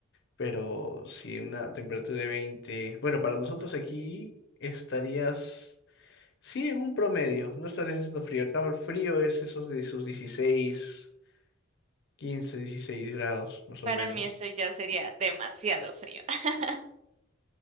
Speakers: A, on the left; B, on the right.
A: pero si una temperatura de veinte bueno, para nosotros aquí estarías, sí, en un promedio, no estarías haciendo frío, acá el frío es esos de sus dieciséis quince 16 grados,
B: <laughs>
A: más o
B: Para
A: menos.
B: mí eso ya sería demasiado frío. <laughs>